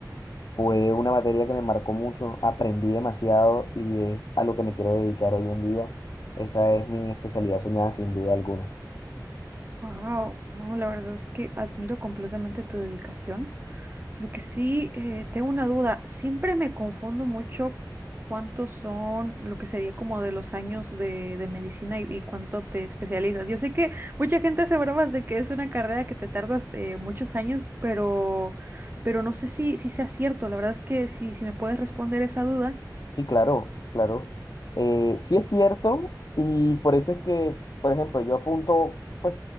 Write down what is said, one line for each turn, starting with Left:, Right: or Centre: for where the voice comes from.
Left: fue una materia que me marcó mucho, aprendí demasiado y es a lo que me quiero dedicar hoy en día. Esa es mi especialidad soñada sin duda alguna.
Right: Wow, no, la verdad es que admiro completamente tu dedicación. Lo que sí, eh, tengo una duda. Siempre me confundo mucho cuántos son lo que sería como de los años de, de medicina y, y cuánto te especializas. Yo sé que mucha gente hace bromas de que es una carrera que te tardas eh, muchos años, pero, pero no sé si, si sea cierto. La verdad es que si, si me puedes responder esa duda.
Left: Sí, claro, claro. Eh, sí es cierto y por eso es que, por ejemplo, yo apunto, pues